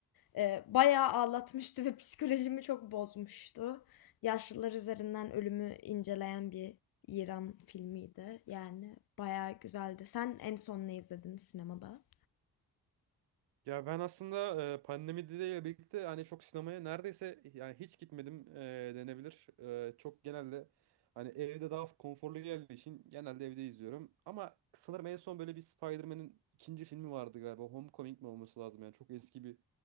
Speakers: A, on the left (about 60°); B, on the right (about 85°).
A: E, bayağı ağlatmıştı <laughs> ve psikolojimi çok bozmuştu. Yaşlılar üzerinden ölümü inceleyen bir İran filmiydi. Yani bayağı güzeldi. Sen en son ne izledin sinemada?
B: Ya ben aslında e, pandemiyle birlikte hani çok sinemaya neredeyse yani hiç gitmedim e, denebilir. E, çok genelde hani evde daha konforlu geldiği için genelde evde izliyorum. Ama sanırım en son böyle bir Spider-Man'in ikinci filmi vardı galiba. Homecoming mi olması lazım yani çok eski bir